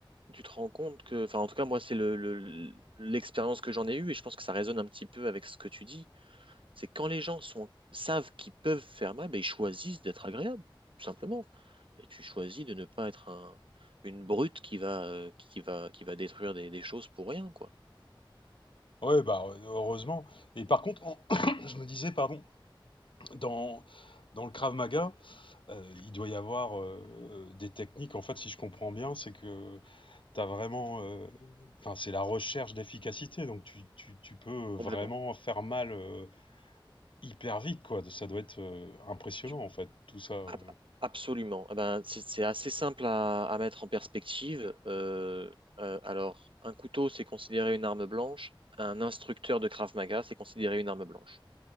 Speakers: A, on the right (about 70°); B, on the left (about 70°).
A: tu te rends compte que, enfin, en tout cas, moi, c'est le, le- l'expérience que j'en ai eue et je pense que ça résonne un petit peu avec ce que tu dis C'est quand les gens sont, savent qu'ils peuvent faire mal, ben, ils choisissent d'être agréables, tout simplement. Et tu choisis de ne pas être un, une brute qui va, euh, qui va, qui va détruire des, des choses pour rien, quoi.
B: Ouais, bah, heureusement. Et par contre, en- <coughs> <clears throat> je me disais, pardon, dans, dans le Krav Maga. Heu, il doit y avoir, heu, des techniques en fait, si je comprends bien, c'est que tu as vraiment, heu, enfin, c'est la recherche d'efficacité donc tu tu tu peux
A: Complètement.
B: vraiment faire mal, heu, hyper vite quoi. Ça doit être, heu, impressionnant
A: Tu-
B: en fait tout ça, heu?
A: ab- absolument. Eh Ben, c'est c'est assez simple à, à mettre en perspective. Euh, euh, alors, un couteau, c'est considéré une arme blanche. Un instructeur de Krav Maga, c'est considéré une arme blanche.